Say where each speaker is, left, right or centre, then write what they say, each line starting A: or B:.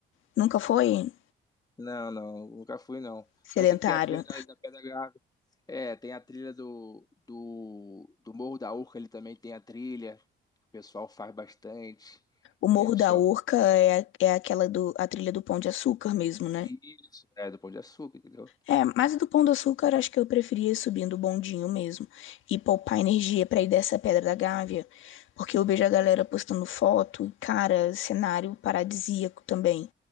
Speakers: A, on the left; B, on the left.
A: Nunca foi
B: Não, não, nunca fui não.
A: sedentário.
B: Mas eu sei que tem a trilha da, da Pedra Grave. É, tem a trilha do, do, do Morro da Urca ali também tem a trilha. que O pessoal faz bastante.
A: O Morro
B: É, pessoal...
A: da Urca é, é aquela do, a trilha do Pão de Açúcar mesmo, né?
B: Isso, é do Pão de Açúcar, entendeu?
A: É, mas do Pão de Açúcar, acho que eu preferia ir subindo o bondinho mesmo. E poupar energia pra ir dessa Pedra da Gávea. Porque eu vejo a galera postando foto, e, cara, cenário paradisíaco também.